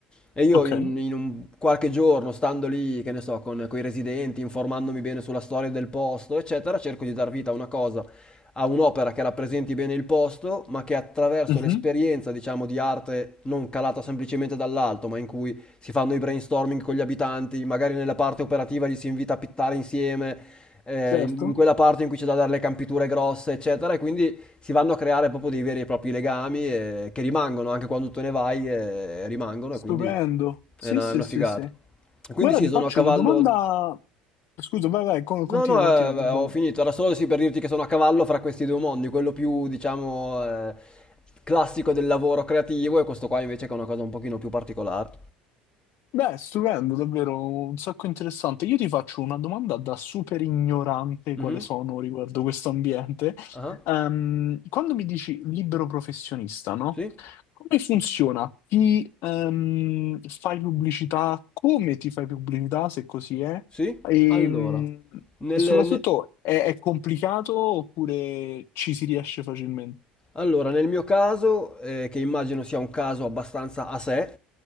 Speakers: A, on the left; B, on the left.
A: E io
B: Ok,
A: in, in un qualche giorno, stando lì, che ne so, con, con i residenti, informandomi bene sulla storia del posto, eccetera, cerco di dar vita a una cosa, a un'opera che rappresenti bene il posto, ma che attraverso
B: mhm,
A: l'esperienza, diciamo, di arte non calata semplicemente dall'alto, ma in cui si fanno i brainstorming con gli abitanti, magari nella parte operativa li si invita a pittare insieme, eh,
B: Certo,
A: in, in quella parte in cui c'è da dare le campiture grosse, eccetera, e quindi si vanno a creare proprio dei veri e propri legami eh, che rimangono anche quando tu ne vai, eh, rimangono,
B: stupendo.
A: e quindi...
B: Sì,
A: Eh no,
B: sì,
A: è una
B: sì,
A: figata.
B: sì.
A: Quindi
B: Guarda,
A: sì,
B: ti
A: sono
B: faccio
A: a cavallo.
B: una domanda.
A: di-
B: Scusa, vai, vai, con- continua,
A: No, no, eh,
B: continua,
A: eh,
B: perdonami.
A: ho finito. Era solo sì per dirti che sono a cavallo fra questi due mondi, quello più, diciamo, eh, classico del lavoro creativo e questo qua invece che è una cosa un pochino più particolare.
B: Beh, stupendo, davvero un sacco interessante. Io ti faccio una domanda da super ignorante
A: Mhm.
B: quale sono riguardo questo ambiente.
A: Ah,
B: Ehm, quando mi dici libero professionista, no?
A: Sì?
B: Come funziona? Ti ehm, fai pubblicità? Come ti fai pubblicità, se così è?
A: Sì?
B: Ehm,
A: Allora, nel,
B: E, soprattutto
A: ne-
B: è, è complicato oppure ci si riesce facilmente?
A: Allora, nel mio caso, eh, che immagino sia un caso abbastanza a sé,